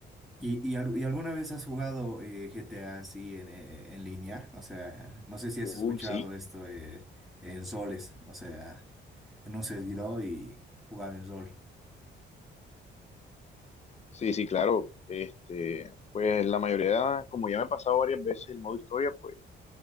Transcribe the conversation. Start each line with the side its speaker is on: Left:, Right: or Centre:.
Centre: ¿Y, y, al- y alguna vez has jugado eh, GTA así en, eh, en línea? O sea, no sé si has
Left: Uy,
Centre: escuchado
Left: sí,
Centre: esto eh, en soles, o sea, en un servidor y jugaba en sol.
Left: sí, sí, claro. Este, pues la mayoría, como ya me ha pasado varias veces el modo historia, pues